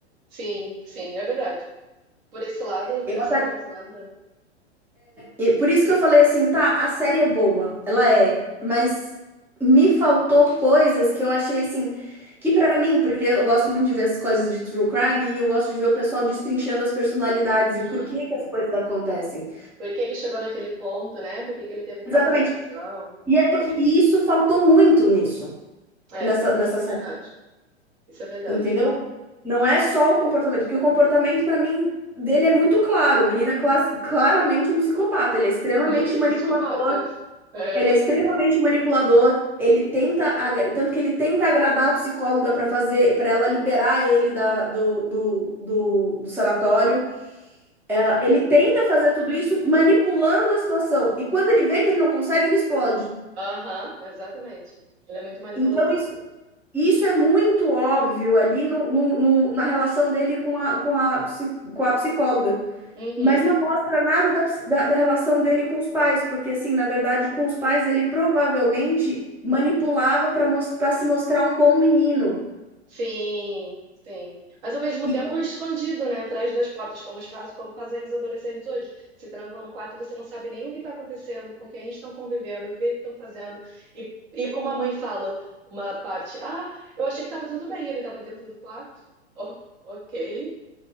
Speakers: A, on the right; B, in the centre.
A: sim, sim, é verdade. Por esse lado,
B: Eu
A: pensando
B: até-
A: por esse lado, né?
B: e por isso que eu falei assim, tá, a série é boa, ela é, mas me faltou coisas que eu achei assim, que para mim, porque eu gosto muito de ver as coisas de true crime e eu gosto de ver o pessoal destrinchando as personalidades
A: Uhum.
B: e por que que as coisas acontecem.
A: Por que que chegou naquele ponto, né? Por que que ele teve aquela
B: Exatamente.
A: reação?
B: E, é que- e isso faltou muito nisso,
A: É,
B: nessa, nessa
A: isso é
B: série,
A: verdade. Isso é verdade.
B: entendeu? Não é só o comportamento, porque o comportamento, pra mim, dele é muito claro. O menino é clas- claramente um psicopata. Ele é extremamente
A: Muito
B: manipulador,
A: psicopata. <laughs> É.
B: ele é extremamente manipulador, ele tenta, agra- tanto que ele tenta agradar a psicóloga pra fazer, para ela liberar ele da, do, do, do, do sanatório. É, ele tenta fazer tudo isso manipulando a situação. E quando ele vê que ele não consegue, ele explode.
A: Aham, exatamente. Ele é muito manipulador.
B: Então, isso. Isso é muito óbvio ali no, no- no- na relação dele com a, com a, psi- com a psicóloga,
A: Uhum.
B: mas não mostra nada da, psi- da, da relação dele com os pais, porque, assim, na verdade, com os pais ele provavelmente manipulava para para se mostrar um bom menino.
A: Sim, sim. Mas ao mesmo
B: E
A: tempo escondido, né? Atrás das portas, como os faz, como fazem os adolescentes hoje. Se trancam no quarto, você não sabe nem o que está acontecendo, com quem estão convivendo, o que que estão fazendo. E, e como a mãe fala, uma parte, ah, eu achei que estava tudo bem, ele estava dentro do quarto. <laughs> Oh, ok.